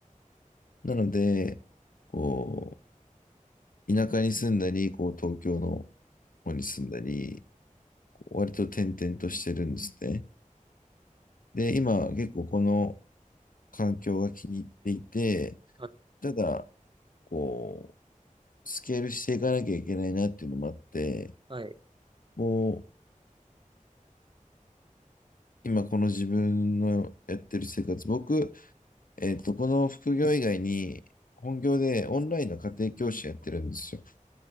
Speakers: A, on the left (about 80°); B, on the right (about 35°).
A: なので、こう、田舎に住んだり、こう、東京の方に住んだり、こう割と転々としてるんですね。で、今、結構この環境が気に入っていて、
B: はい。
A: ただ、こう、スケールしていかなきゃいけないなっていうのもあって、
B: はい。
A: もう今この自分のやってる生活、僕、えっと、この副業以外に本業でオンラインの家庭教師やってるんですよ。